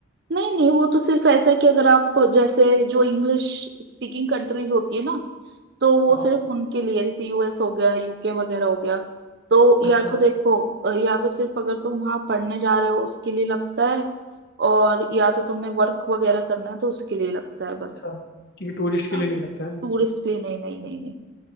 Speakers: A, on the right (about 55°); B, on the left (about 50°).
A: नहीं नहीं वो तो सिर्फ ऐसा है कि अगर आप जैसे जो इंग्लिश स्पीकिंग कंट्रीज होती है ना तो वो
B: हाँ
A: सिर्फ उनके लिए जैसे यूएस हो गया यूके वगैरह हो गया तो
B: अच्छा
A: या तो देखो अ, या तो सिर्फ अगर तुम वहां पढ़ने जा रहे हो उसके लिए लगता है और या तो तुम्हें वर्क वगैरह करना है तो उसके लिए लगता है
B: अच्छा
A: बस
B: ठीक है टूरिस्ट के
A: हाँ
B: लिए नहीं लगता है ना
A: टूरिस्ट के लिए नहीं नहीं नहीं नहीं